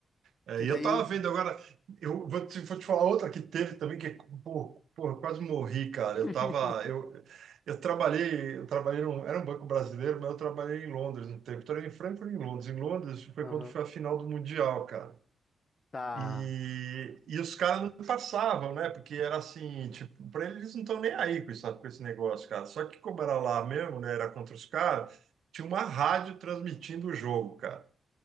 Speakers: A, on the right; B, on the left.
A: É,
B: Que
A: e
B: daí.
A: eu tava vendo agora, eu vou te, vou te falar outra que teve também, que, pô, pô, eu quase morri, cara.
B: <laughs>
A: Eu tava, eu, eu trabalhei, eu trabalhei num, era um banco brasileiro, mas eu trabalhei em Londres um tempo. Trabalhei em Frankfurt e em Londres. Em Londres foi
B: Aham.
A: quando foi a final do Mundial, cara.
B: Tá.
A: E, e os caras não passavam, né? Porque era assim, tipo, pra eles eles não estão nem aí com isso, com esse negócio, cara. Só que como era lá mesmo, né? Era contra os caras, tinha uma rádio transmitindo o jogo, cara.